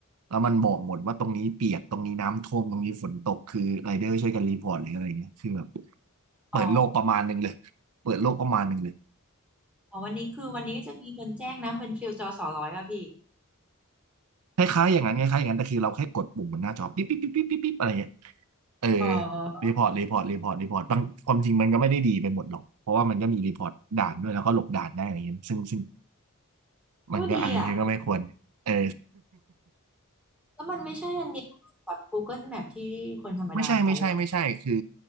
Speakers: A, on the right (about 80°); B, in the centre.
A: แล้วมันบอกหมดว่าตรงนี้เปียกตรงนี้น้ำท่วมตรงนี้ฝนตก คือไรเดอร์ช่วยกันรีพอร์ตหรืออะไรเงี้ยคือแบบเปิดโลกประมาณหนึ่งเลย
B: อ๋อ
A: เปิดโลกประมาณหนึ่งเลย
B: อ๋อวันนี้คือวันนี้ก็จะมีคนแจ้งน้ำเป็นฟิลจอสอร้อยป่ะพี่
A: คล้ายๆอย่างนั้นคล้ายๆอย่างนั้นแต่คือเราแค่กดปุ่มบนหน้าจอปิ๊บปิ๊บปิ๊บปิ๊บปิ๊บปิ๊บอะไรเงี้ยเออ
B: อ๋อ
A: รีพอร์ตรีพอร์ตรีพอร์ตรีพอร์ตบางความจริงมันก็ไม่ได้ดีไปหมดหรอก เพราะว่ามันก็มีรีพอร์ตด่านด้วยแล้วก็หลบด่านได้อะไรเงี้ยซึ่งซึ่ง
B: โอ้ดีอ่ะ
A: มันก็อ่านบางทีก็ไม่ควรเออ
B: แล้วมันไม่ใช่อันเดียวกับ Google Map ที่คนธรรมดาใช้เหรอ
A: <laughs> ไม่ใช่ไม่ใช่ไม่ใช่คือ